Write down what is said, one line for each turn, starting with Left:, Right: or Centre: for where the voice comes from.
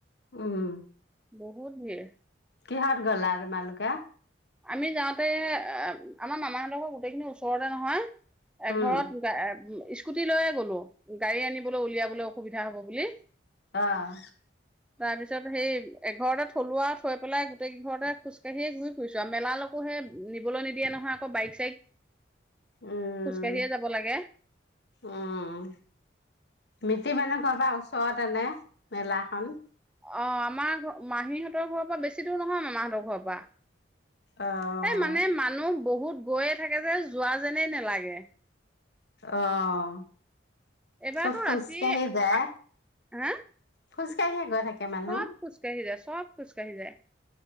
Left: উম!
Centre: বহুত ভিৰ।
Left: কিহত গ'লা তোমালোকে?
Centre: আমি যাওঁতে এ আমাৰ মামাহঁতৰ গোটেইখিনি ওচৰতে নহয় এঘৰত
Left: উম
Centre: স্কুটি লৈয়ে গ'লো। গাড়ী আনিবলৈ উলিয়াবলৈ অ সুবিধা হ'ব বুলি।
Left: অ
Centre: তাৰপিছত সেই, এঘৰতে থলোঁ আৰু থৈ পেলাই গোটেই কিঘৰতে খোজকাঢ়িয়ে ঘূৰি মেলালকো হে নিবলৈ নিদিয়ে নহয়। আকৌ, বাইক চাইক।
Left: উম,
Centre: খোজকাঢ়িয়ে যাব লাগে।
Left: উম, মিতি মানুহ পাবা ওচৰত এনে মেলাখন
Centre: অ আমাৰ ঘ মাহীহঁতৰ ঘৰৰ পৰা বেছি দূৰ নহয় মামাহঁতৰ ঘৰৰ পৰা
Left: অ',
Centre: এ মানে মানুহ বহুত গৈয়ে থাকে যে যোৱা যেনেই নালাগে
Left: অ',
Centre: এইবাৰতো
Left: চব খোজকাঢ়ি
Centre: ৰাতি
Left: যায়।
Centre: আঠ হা
Left: খোজকাঢ়ি গৈ থাকে। মানুহ
Centre: ক'ত খোজকাঢ়ি যোৱা চব খোজকাঢ়ি যায়